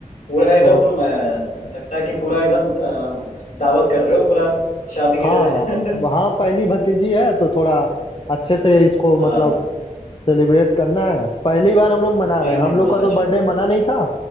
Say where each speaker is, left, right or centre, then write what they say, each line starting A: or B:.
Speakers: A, on the left; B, on the left.
A: पूरा एकदम
B: तो
A: अ, लगता है कि पूरा एकदम अ, दावत कर रहे हो पूरा शादी की
B: हाँ
A: तरह <laughs>
B: हाँ पहली भतीजी है तो थोड़ा अच्छे से इसको
A: हाँ
B: मतलब सेलिब्रेट करना है पहली बार हम लोग मना
A: नहीं
B: रहे हैं
A: नहीं
B: हम लोग
A: बहुत
B: का
A: अच्छा
B: तो बर्थडे
A: है बहुत
B: मना
A: अच्छा।
B: नहीं था